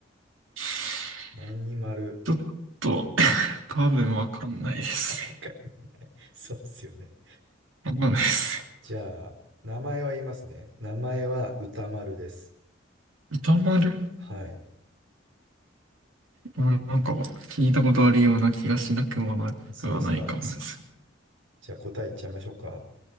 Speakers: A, on the right; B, on the right.
A: ち
B: 何丸。
A: ょっと、多分わかんないです
B: <laughs> わかんないそうですよね。
A: ね。わかんないです。
B: じゃあ、名前は言いますね。名前は歌丸です。
A: 歌丸
B: はい。
A: まあなんか聞いたことあるような気がしなくもなくはないかもです。
B: そうですか。じゃあ答え言っちゃいましょうか。